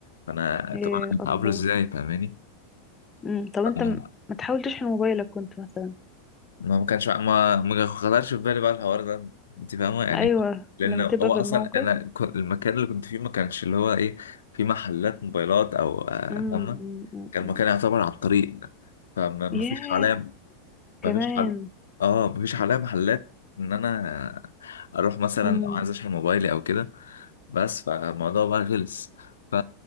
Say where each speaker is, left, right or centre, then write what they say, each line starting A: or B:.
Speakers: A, on the left (about 80°); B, on the left (about 25°).
A: فانا
B: يا
A: طب انا
B: الله
A: هقابله ازاي فاهماني
B: امم طب
A: ف-
B: انت م- ما تحاول تشحن موبايلك كنت مثلا
A: ما ما كانش ما ما خطرش في بالي بقى الحوار ده انت فاهمه يعني
B: ايوه
A: لان
B: لما
A: هو
B: تبقى في
A: اصلا
B: الموقف
A: انا كنت- المكان اللي كنت فيه ما كانش اللي هو ايه في محلات موبايلات او آه،
B: امم
A: فاهمه
B: امم
A: كان
B: امم
A: المكان يعتبر على الطريق فما ما
B: ياه
A: فيش حواليا
B: كمان
A: مفيش حل اه مفيش حالها محلات ان انا اروح مثلا
B: نعم
A: لو عايز اشحن موبايلي او كده بس فالموضوع بقى خلص ف